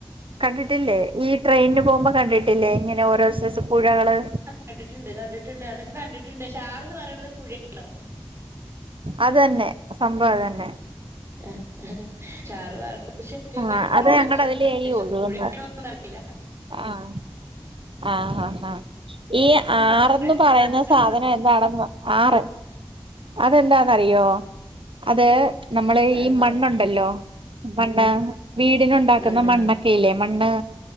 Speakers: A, on the right (about 75°); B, on the right (about 30°).
A: കണ്ടിട്ടില്ലെ. ഈ ട്രെയിന് പോകുമ്പോ കണ്ടിട്ടില്ലെ. ഇങ്ങനെ ഓരോ സൈസ് പുഴകള്.
B: കണ്ടിട്ട്ണ്ട് കണ്ടിട്ട്ണ്ട് അതൊക്കെ കണ്ടിട്ട്ണ്ട്. ഷാർന്ന് പറയ്ണത് പുഴേണോ.
A: അത് തന്നെ. സംഭവം അതന്നെ.
B: <unintelligible>
A: ആ അത് ഞങ്ങടെ അതിലേ ഈ ഒഴുകുന്നത്
B: ഒന്നും അറിയില്ല.
A: ആഹ് ആഹ് ഹ ഹാ. ഈ ആറന്ന്
B: കുറേ ദൂരത്ത്
A: പറയുന്ന സാധനം എന്താണെന്ന് ആറ്. അതെന്താന്നറിയൊ. അത് നമ്മളെ
B: എന്താ
A: ഈ മണ്ണുണ്ട് ണ്ടല്ലോ മണ്ണ്. വീടിനുണ്ടാക്കുന്ന
B: മണ്ണ
A: മണ്ണ് ക്കല്ലേ മണ്ണ്